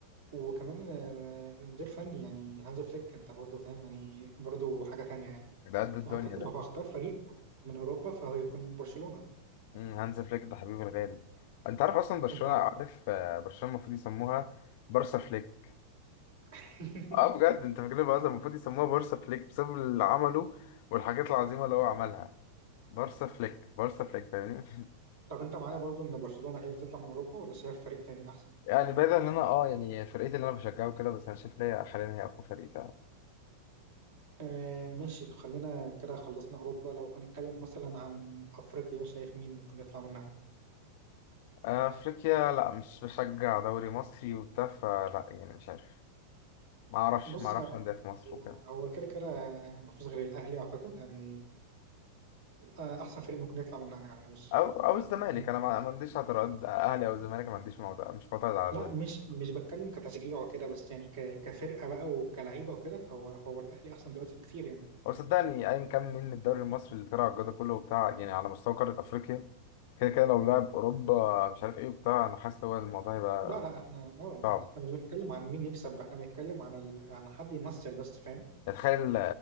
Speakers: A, on the right; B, on the left.
A: وكمان آه، مدير فني يعني هانز فليك انت برضه فاهم يعني برضه حاجة تانية يعني
B: ده قد الدنيا
A: فأعتقد
B: ده
A: لو هختار فريق من أوروبا فهو يكون برشلونة
B: مم، هانز فليك ده حبيبي الغالي انت عارف اصلا برشلونه
A: انت
B: عارف آه، برشلونه المفروض يسموها بارسا فليك
A: <laughs>
B: اه بجد انت فاكرين بقى المفروض يسموها بارسا فليك بسبب اللي عمله والحاجات العظيمه اللي هو عملها بارسا فليك بارسا فليك فاهمني <laughs>
A: طب انت معايا برضه ان برشلونة هي بتطلع من أوروبا ولا شايف فريق تاني أحسن؟
B: يعني بعيد ان انا اه يعني فرقتي اللي انا بشجعه كده بس انا شايف ليا حاليا هي اقوى فريق فعلا
A: آه ماشي طب خلينا كده خلصنا أوروبا لو هنتكلم مثلا عن أفريقيا شايف مين ممكن يطلع منها
B: آه، افريقيا لا مش بشجع دوري مصري وبتاع فلا يعني مش عارف ما اعرفش
A: بص
B: ما اعرفش
A: هو
B: انديه في مصر وكده
A: هو كده كده مفيش غير الأهلي أعتقد يعني آه، أحسن فريق ممكن يطلع منها يعني مش
B: او او الزمالك
A: م-
B: انا ما ما عنديش اعتراض اهلي او الزمالك ما عنديش معترض مش معترض على
A: لا
B: دول
A: مش مش بتكلم كتشجيع وكده بس يعني ك- كفرقة بقى وكلعيبة وكده فهو هو الأهلي أحسن دلوقتي بكتير يعني
B: هو صدقني ايا كان مين من الدوري المصري اللي طلع الجدول كله وبتاع يعني على مستوى قاره افريقيا كده كده لو لعب اوروبا مش عارف ايه وبتاع انا حاسس هو الموضوع هيبقى
A: لا لا احنا اه
B: صعب
A: احنا مش بنتكلم عن مين يكسب احنا بنتكلم عن ال... عن حد يمثل بس فاهم
B: يعني تخيل